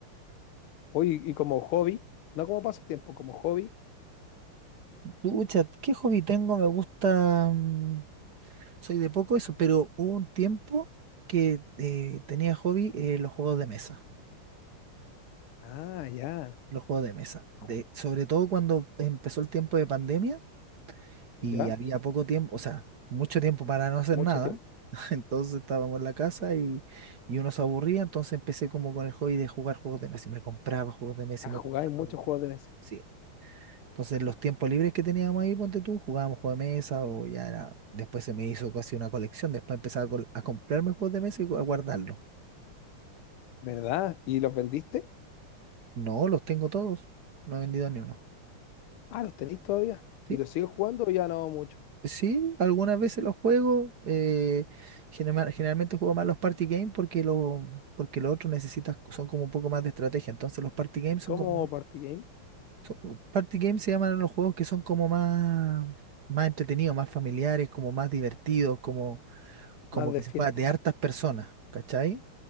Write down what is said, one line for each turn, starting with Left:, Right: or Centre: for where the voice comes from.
Left: Oye, y como hobby, no como pasatiempo, como hobby.
Right: Pucha, ¿qué hobby tengo? Me gusta, mm, soy de poco eso, pero hubo un tiempo que eh, tenía hobby eh, los juegos de mesa.
Left: Ah, ya.
Right: los juegos de mesa. De,
Left: Ju-
Right: sobre todo cuando empezó el tiempo de pandemia y
Left: Ya,
Right: había poco tiempo, o sea, mucho tiempo para no hacer
Left: mucho
Right: nada.
Left: tiempo.
Right: <laughs> Entonces estábamos en la casa y, y uno se aburría, entonces empecé como con el hobby de jugar juegos de mesa y me compraba juegos de mesa
Left: Ah,
Right: y me
Left: jugáis
Right: compraba.
Left: muchos
Right: un-
Left: juegos de mesa,
Right: Sí. Entonces los tiempos libres que teníamos ahí, ponte tú, jugábamos juegos de mesa o ya era, después se me hizo casi una colección, después empezaba a, col- a comprarme juegos de mesa y a guardarlos.
Left: ¿verdad? ¿Y los vendiste?
Right: No, los tengo todos, no he vendido ni uno.
Left: Ah, los tenéis todavía.
Right: sí
Left: ¿Y los sigues jugando o ya no mucho?
Right: Sí, algunas veces los juego. eh, general- generalmente juego más los party games porque los porque los otros necesitas, son como un poco más de estrategia. Entonces los party games son
Left: como
Right: como
Left: party game?
Right: son- uh, party games se llaman a los juegos que son como más más entretenidos, más familiares, como más divertidos, como como
Left: Más de
Right: que
Left: fiesta.
Right: se juega de hartas personas, ¿cachai?